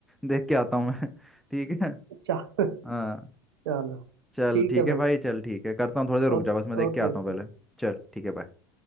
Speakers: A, in the centre; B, on the right (about 75°).
A: देख के आता हूँ मैं <laughs> ठीक है
B: चा- <laughs>
A: हाँ
B: चलो
A: चल
B: ठीक
A: ठीक
B: है
A: है
B: भाई
A: भाई चल ठीक है करता हूँ थोड़ी देर रुक
B: ओके
A: जा बस मैं देख
B: ओके
A: के आता
B: ओके
A: हूँ पहले चल ठीक है बाय